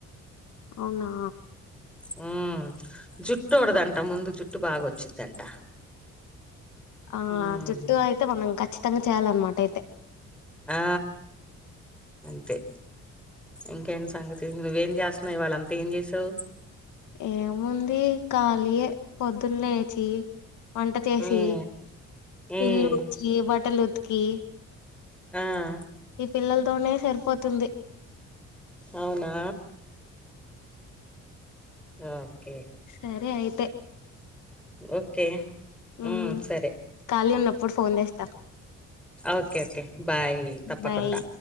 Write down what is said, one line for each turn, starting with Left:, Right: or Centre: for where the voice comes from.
Left: అవునా
Centre: హ జుట్టు ఊడదంట ముందు జుట్టు బాగా వచ్చిద్దంట
Left: ఆ
Centre: ఉమ్
Left: జుట్టు అయితే మనం ఖచ్చితంగా చేయాలన్నమాట అయితే
Centre: ఆ అంతే ఇంకేంటి సంగతి నువ్వేం చేస్తున్నావు ఇవాళ్ళంతా ఏం చేసావ్
Left: ఏముంది ఖాళీయే పొద్దున్న లేచి వంట చేసి
Centre: ఉమ్ ఉమ్
Left: ఇల్లు ఊడ్చి బట్టలు ఉతికి
Centre: మ్మ్
Left: ఈ పిల్లలతోనే సరిపోతుంది
Centre: అవునా ఓకే
Left: సరే అయితే
Centre: ఓకే
Left: మ్మ్
Centre: ఉమ్ సరే
Left: ఖాళీ ఉన్నప్పుడు ఫోన్ చేస్తా
Centre: ఓకే ఓకే బాయ్ తప్పకుండా
Left: బాయ్